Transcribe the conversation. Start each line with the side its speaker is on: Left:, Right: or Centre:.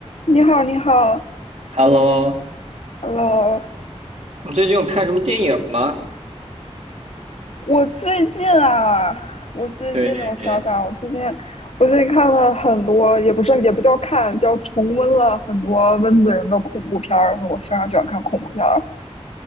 Left: 你好，你好
Right: Hello，
Left: ，Hello。
Right: 你最近有看什么电影吗？
Left: 我最近啊，我最近我想想啊，
Right: 对，
Left: 我最近我最近看了很多，也不是也不叫看，叫重温了很多温子仁的恐怖片儿。我非常喜欢看恐怖片儿。